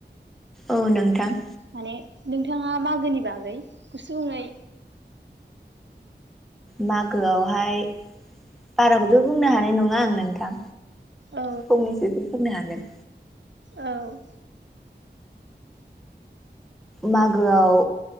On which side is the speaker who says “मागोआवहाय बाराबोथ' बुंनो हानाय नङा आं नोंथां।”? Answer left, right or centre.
Centre